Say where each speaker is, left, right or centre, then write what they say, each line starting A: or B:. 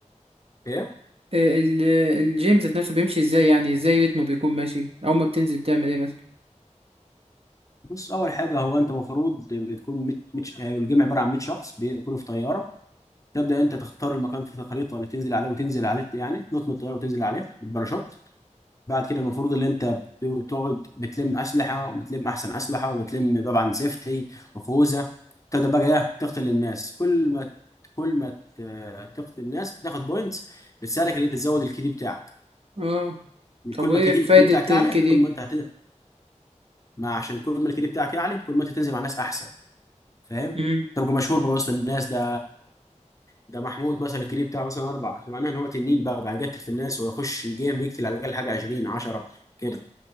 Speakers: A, on the left; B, on the right.
A: ايه
B: آه، ال- الجيم ذات نفسه بيمشي ازاي يعني ازاي رتمه بيكون ماشي اول ما بتنزل بتعمل ايه مثلا
A: بص اول حاجه هو انت المفروض بتكون مت... مت... الجمع عباره عن 100 شخص بيكونوا في طياره تبدا انت تختار المكان في الخريطه اللي تنزل عليه وتنزل عليه يعني تنط من الطياره وتنزل عليه بالباراشوت بعد كده المفروض ان انت بتقعد بتلم اسلحه وبتلم احسن اسلحه وبتلم طبعا سيفتي وخوذه تبدا بقى ايه تقتل الناس كل ما كل ما ت- تقتل الناس بتاخد بوينتس بتساعدك ان انت تزود الكي دي بتاعك
B: اه طب
A: كل
B: وايه
A: ما الكي دي
B: فايده
A: بتاعك يعلى
B: الكدي
A: كل ما انت هتنزل ما عشان كل ما الكي دي بتاعك يعلى كل ما انت تنزل مع ناس احسن فاهم
B: امم
A: تبقى مشهور بقى وسط الناس ده ده محمود مثلا الكي دي بتاعه مثلا اربعه معناه ان هو تنين بقى بقى يقتل في الناس ويخش الجيم يقتل على الاقل حاجه 20 10 كده